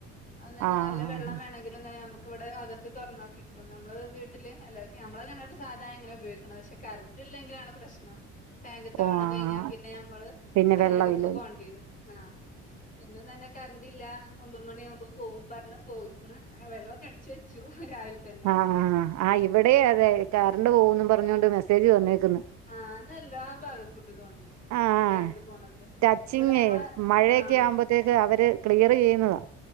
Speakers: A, on the left (about 25°); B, on the right (about 60°).
A: അതും തന്നെ
B: ആഹ് ആഹ്
A: നല്ല വെള്ളം
B: ആഹ്
A: വേണെങ്കിലും തന്നെ നമുക്കിവിടെ അകത്ത് തൊറന്നാ കി കിട്ടും, നമ്മള് വീട്ടില് അല്ല നമ്മളെ കെണറില് സാധാ എങ്ങനെ ഉപയോഗിക്കണ പക്ഷെ കറന്റ് ഇല്ലെങ്കിലാണ് പ്രശ്നം. ടാങ്കിത്തെ
B: ഓ
A: വെള്ളം
B: ആഹ്
A: കയിഞ്ഞാ പിന്നെ, ഞമ്മള്
B: പിന്നെ
A: അയലൊക്കത്തക്ക്
B: വെള്ളമില്ല
A: പോണ്ടി വെരും ആഹ് <unintelligible> പിന്നെ തന്നെ കറണ്ടില്ല, ഒമ്പത് മണി ആവുമ്പോ പോവുമ്പറഞ്ഞ് പോയിക്ക്ണ് ആഹ് വെള്ളൊക്കെ അടിച്ച് വെച്ചു രാവിലെത്ത
B: ആഹ് ഇവിടേം അതെ കറണ്ട് പോവുന്ന് പറഞ്ഞൊണ്ട് മെസ്സേജ് വന്നേക്കന്ന്.
A: ആഹ് അതെല്ലാ ഭാഗത്തുണ്ട്‌ തോന്ന്ണ്.
B: ആഹ്
A: കറണ്ട് പോണത്
B: ടച്ചിങ്
A: ഇവടെ ഞങ്ങള്
B: മഴയൊക്കെ
A: ആഹ്
B: <unintelligible> അവര് ക്ലിയറ് ചെയ്യുന്നതാ,